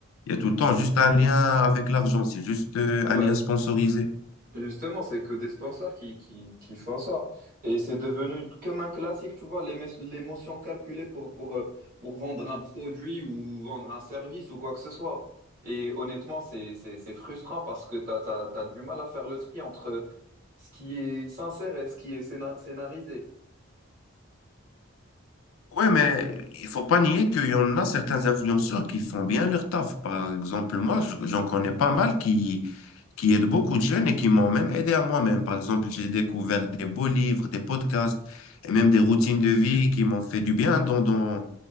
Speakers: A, on the left (about 75°); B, on the right (about 40°).
A: il y a tout le temps juste un lien avec l'argent, c'est juste euh,
B: Ouais,
A: un lien sponsorisé.
B: Justement, c'est que des sponsors qui, qui, qui font ça. Et c'est devenu comme un classique, tu vois, l'émo- l'émotion calculée pour, pour, euh, pour vendre un produit ou vendre un service ou quoi que ce soit. Et honnêtement, c'est, c'est, c'est frustrant parce que t'as, t'as, t'as du mal à faire le tri entre ce qui est sincère et ce qui est scéna- scénarisé.
A: Ouais, mais il faut pas nier qu'il y en a certains influenceurs qui font bien leur taf. Par exemple, moi, je- j'en connais pas mal qui qui aident beaucoup de jeunes et qui m'ont même aidé à moi-même. Par exemple, j'ai découvert des beaux livres, des podcasts et même des routines de vie qui m'ont fait du bien dans, dans,